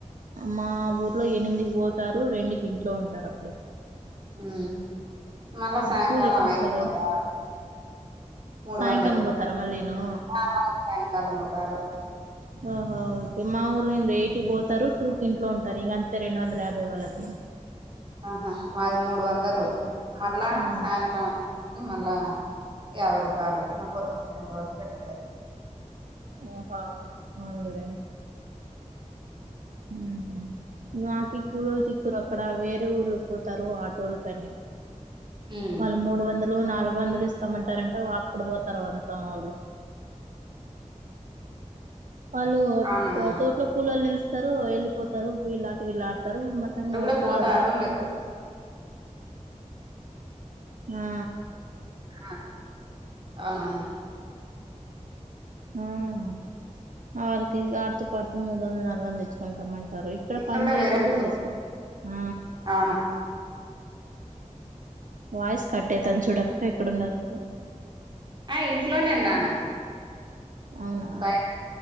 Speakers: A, on the right; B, on the right.
A: మా ఊర్లో ఎనిమిదికి పోతారు రెండుకి ఇంట్లో ఉంటారు అప్పుడే
B: ఉ మళ్ళా సాయంకాలం
A: కూలి ఎట్ల ఇస్తారు
B: అయిదుకు పోతారు మూడు
A: సాయంకాలం
B: వందలు
A: పోతారా మళ్ళీను
B: ఆ మళ్ళీ సాయంకాలం పోతారు
A: ఓహొ ఓకే మా ఊర్లోండు ఎయిట్ పోతారు టూ కి ఇంట్లో ఉంటారు ఇంక అంతే రెండు వందల యాభై వాళ్ళకి
B: ఆహా మాది మూడు వందలు మళ్ళా
A: ఆ
B: సాయంత్రం అయింది ఐదు మళ్ళా యాభై రూపాలు పొదుగుకే వరకు ఇక్కడే
A: ఓహా అవునలే ఉ నాకు కూలోలు చిక్కురు అక్కడ వేరే ఊర్ళకి పోతారు ఆటోలకని
B: ఉమ్,
A: వాళ్ళు మూడు వందలు నాలుగు వందలు ఇస్తామంటారంట వక్కడా పోతారు అంతా వాళ్లు. వాళ్ళు
B: అవునవును
A: తోట్లో కూలోల్లు పిలుస్తారు వెళ్ళిపోతారు వీళ్ళలాట వీళ్లు ఆడతారు మా ఆ
B: వారు
A: నూర్తాడుగు
B: కూడా పోతారు
A: పడుతు
B: మరి
A: చేస్ ఆ
B: అ అవునవును
A: అ అళ్లకి ఆడుతూ పడుతు మూడు వందలు నాలుగు వందలు తెచ్చుకుంటాంమంటారు ఇక్కడ
B: ఇంకా
A: పనిచేసే
B: వేరేరికి
A: కూడా చేసుకున్ ఆ.
B: అవును
A: వాయిస్ కట్ అయితాంది చూడు అక్క ఎక్కడున్నారు మీరు.
B: ఆ ఇంట్లోనే ఉన్నాను.
A: అవునా.
B: బయట